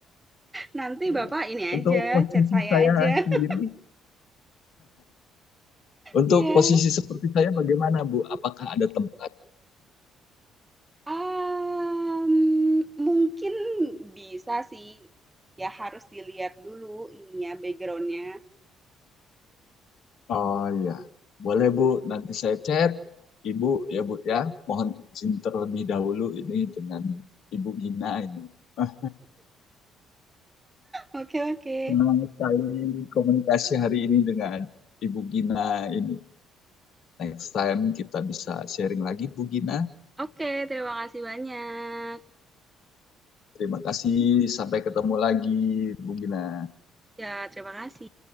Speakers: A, on the right; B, on the left.
A: Nanti Bapak
B: ya.
A: ini
B: untuk
A: aja,
B: posisi
A: chat saya
B: saya
A: aja. <laughs>
B: sendiri Untuk
A: Iya,
B: posisi seperti saya bagaimana, Bu? Apakah ada tempat?
A: mmm, mungkin bisa sih. Ya harus dilihat dulu ininya, backgroundnya
B: Oh iya, boleh Bu. Nanti saya chat Ibu ya Bu ya. Mohon izin terlebih dahulu ini dengan Ibu Gina ini. Ah,
A: Oke oke.
B: senang sekali komunikasi hari ini dengan Ibu Gina ini. Next time kita bisa sharing lagi Bu Gina.
A: Oke, terima kasih banyak.
B: Terima kasih. Sampai ketemu lagi Bu Gina.
A: Ya, terima kasih.